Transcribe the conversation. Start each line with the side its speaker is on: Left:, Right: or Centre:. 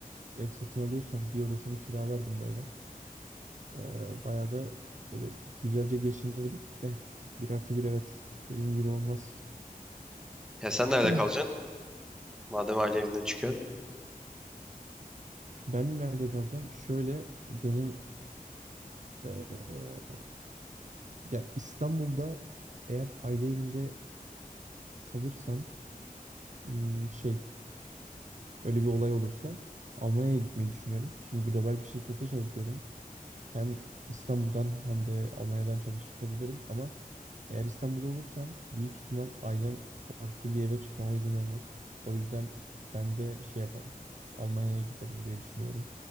Right: ev satın alıyorsam bir odasını kiralardım böyle. Ee, bayağı da böyle güzelce geçinirdik de bir artı bir evet dediğin gibi olmaz.
Centre: Ya sen nerede
Right: <clears throat>
Centre: kalacaksın? Madem aile evinden çıkıyorsun.
Right: Ben nerede kalacağım? Şöyle benim eee, ya İstanbul'da eğer aile evinde kalırsam hmm, şey Öyle bir olay olursa Almanya'ya gitmeyi düşünüyorum. Şimdi global bir şirkete çalışıyorum. Hem İstanbul'dan hem de Almanya'dan çalışabilirim ama eğer İstanbul'da olursam büyük ihtimal ailem farklı bir eve çıkmama izin vermez. O yüzden ben de şey yaparım. Almanya'ya giderim diye düşünüyorum.